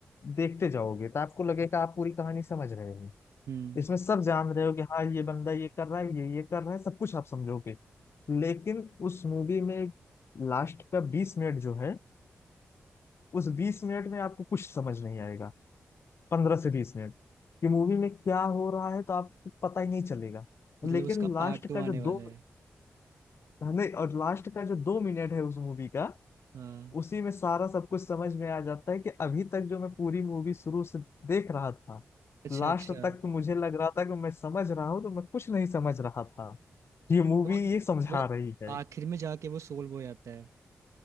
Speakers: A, on the left; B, on the right.
A: देखते जाओगे तो आपको लगेगा आप पूरी कहानी समझ रहे हो
B: हम्म
A: इसमें सब जान रहे हो कि हाँ ये बंदा ये कर रहा है ये ये कर रहा है सब कुछ आप समझोगे लेकिन उस मूवी में लास्ट का बीस मिनट जो है उस बीस मिनट में आपको कुछ समझ नहीं आएगा पंद्रह से बीस मिनट कि मूवी में क्या हो रहा है तो आपको पता ही नहीं चलेगा
B: <laughs> मतलब
A: लेकिन
B: उसका
A: लास्ट
B: पार्ट टू
A: का
B: आने
A: जो
B: वाला
A: दो
B: है
A: नहीं और लास्ट का जो दो मिनट है उस मूवी का
B: हाँ
A: उसी में सारा सब कुछ समझ में आ जाता है कि अभी तक जो मैं पूरी मूवी शुरू से देख रहा था
B: अच्छा
A: लास्ट
B: अच्छा
A: तक तो मुझे लग रहा था कि मैं समझ रहा हूँ तो मैं कुछ नहीं समझ रहा था ये मूवी
B: तो
A: ये समझा
B: वो
A: रही है
B: आखिर में जाके वो सोल्व हो जाता है